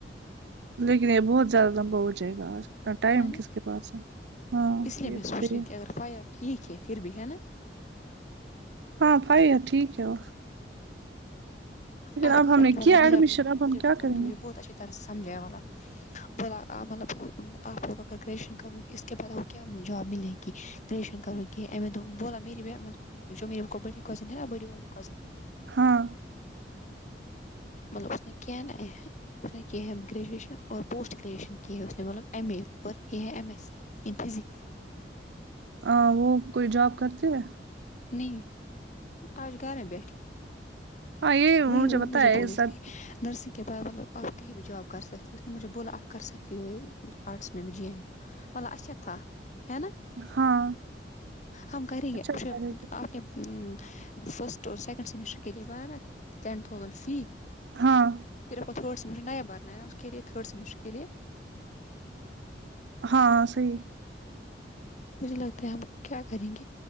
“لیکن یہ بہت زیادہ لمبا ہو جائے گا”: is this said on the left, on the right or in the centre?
Right